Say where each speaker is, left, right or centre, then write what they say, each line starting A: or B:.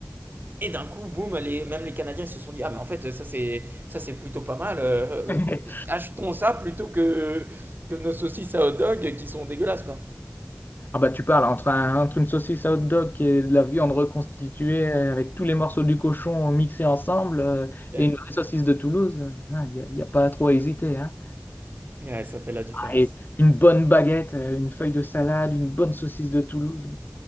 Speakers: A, on the right; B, on the left.
A: Et d'un coup, boum, les, même les Canadiens se sont dit, ah mais en fait, ça c'est ça c'est plutôt pas mal. euh, euh,
B: <laughs>
A: achetons ça plutôt que, que nos saucisses à hot dog qui sont dégueulasses, quoi.
B: Ah bah tu parles entre, un- entre une saucisse à hot dog qui est de la viande reconstituée euh, avec tous les morceaux du cochon mixés ensemble euh,
A: Ouais.
B: et une vraie saucisse de Toulouse, il n'y a, y a pas trop à hésiter. hein.
A: Ouais, ça fait la différence.
B: Et une bonne baguette, euh, une feuille de salade, une bonne saucisse de Toulouse.